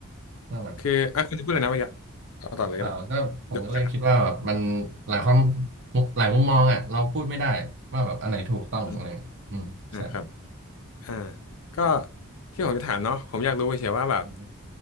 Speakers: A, on the right; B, on the left.
A: ว่ามา
B: คืออ่ะคุณจะพูดอะไรนะวะยะเอาต่อเลยก็ได้
A: เออก็ผมก็เลยคิดว่าแบบมัน
B: เดี๋ยวผมจะถาม
A: หลายความมุหลายมุมมองอ่ะเราพูดไม่ได้ว่าแบบอันไหนถูกต้องอะไรออืมใช่
B: อืมอ่าครับ อ่าก็ที่ผมจะถามเนาะผมอยากรู้เฉยๆว่าแบบ
A: อืม